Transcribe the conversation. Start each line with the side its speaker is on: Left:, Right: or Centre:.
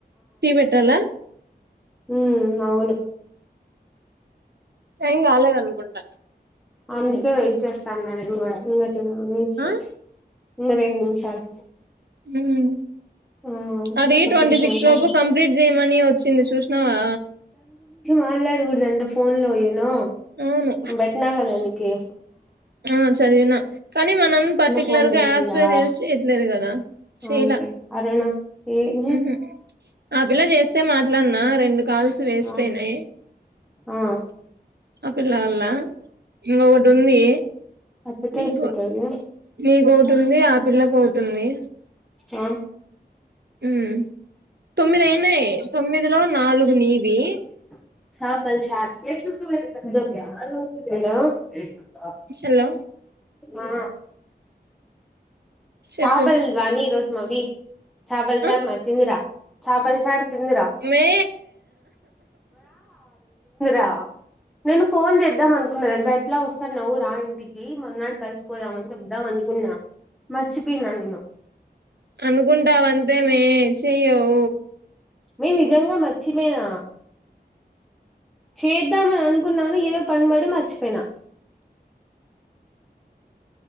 Right: టీ పెట్టాలా
Centre: మ్మ్ అవును
Right: ఏం కాలేదు అనుకుంట
Centre: అందుకే వెయిట్ చేస్తా అన్నా నేను కూడా టు మినిట్స్
Right: ఆ
Centre: ఉన్నదే రెండు నిమిషాలు
Right: మ్మ్ హ్హ్
Centre: ఆ
Right: అది
Centre: వచ్చేసినంక
Right: ట్వంటీ సిక్స్ లోపు కంప్లీట్ చేయమని వచ్చింది చూసినావా
Centre: మాట్లాడకూడదు అంటే ఫోన్ లోను
Right: అవును
Centre: పెట్టిన కదా అందుకే
Right: ఆ చదివినా కానీ మనం పర్టికులర్
Centre: ఫోన్ చేసిందా
Right: గా యాప్ పేరు యూజ్ చేయట్లేదు కదా చేయలా
Centre: అవునులే అదేనా ఏంది
Right: ఊహూ ఆ పిల్ల చేస్తే మాట్లాడిన రెండు కాల్స్ వేస్ట్
Centre: ఆ
Right: అయినయ్
Centre: ఆ
Right: ఆ పిల్ల వల్ల ఇంకోటి ఉంది
Centre: అత్తకే
Right: నీకు
Centre: ఇస్తది
Right: నీకొకటి ఉంది ఆ పిల్లకు ఒకటి ఉంది
Centre: ఆ
Right: మ్మ్ తొమ్మిది అయింది తొమ్మిదిలో నాలుగు నీవి
Centre: హలో
Right: హలో
Centre: ఆ
Right: చెప్పు
Centre: చాపల్ చారు నాది ఇ రోజు చాపల్ చారు
Right: ఆ
Centre: నచ్చింది గా తిందువు
Right: మే
Centre: రా నేను ఫోన్ చేద్దాం అనుకున్న తెల్సా ఎట్లాగు వస్తాడులే రా ఇంటికి మనం కలిసిపోదాము అని చెప్దాం అనుకున్నా మరిచిపోయినా నేను
Right: అనుకుంటావు అంతే గాని చెయ్యవు
Centre: నేను నిజంగా మర్చిపోయిన చేద్దామని అనుకున్నాను ఏదో పనిబడి మర్చిపోయినా